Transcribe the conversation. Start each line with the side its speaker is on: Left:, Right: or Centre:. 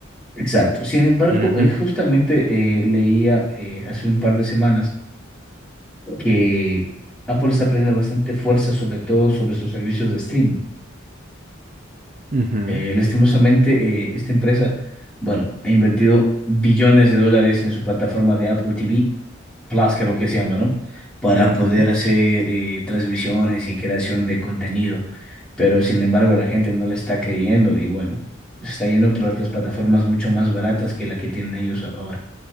Centre: Exacto. Sin embargo,
Right: Ujú,
Centre: eh, justamente eh, leía eh, hace un par de semanas que Apple está perdiendo bastante fuerza, sobre todo sobre sus servicios de streaming.
Right: ujú,
Centre: Eh, lastimosamente, eh, esta empresa, bueno, ha invertido billones de dólares en su plataforma de Apple TV, Plus creo que se llama, ¿no? Para
Right: ujú.
Centre: poder hacer eh, transmisiones y creación de contenido. Pero sin embargo, la gente no le está creyendo y bueno, se está yendo por otras plataformas mucho más baratas que la que tienen ellos ahora.